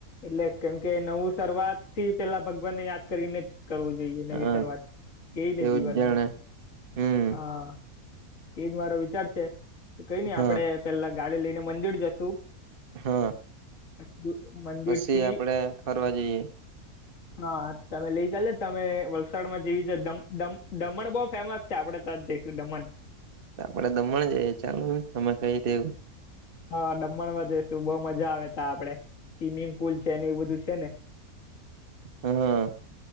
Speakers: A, on the left (about 60°); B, on the right (about 40°).
A: એટલે કેમ કે નવું શરૂઆત થી પેલા ભગવાનને યાદ કરીને કરવું જોઈએ નવી
B: હા
A: શરૂઆત એજ
B: તેવું
A: ને જીવનમાં
B: જ જાણે હમ
A: હા એજ મારો વિચાર છે કઈ નઈ
B: હા
A: આપડે પેલા ગાડી લઈને મંદિર જશું.
B: હા.
A: પછી મંદિરથી
B: પછી આપડે ફરવા જઈએ
A: હા તમે લઇ ચાલ ને તમે વલસાડ માં જેવી છે દમણ દમણ બહુ ફેમસ આપડે ત જઈશું દમન
B: આપડે દમણ જઈએ ચાલો તમે કઈ દેવું.
A: હા દમણમાં જઈશું બઉ મજા આવે ત આપડે સ્વિમિંગ પુલ છે ને એવું બધું છે ને
B: હા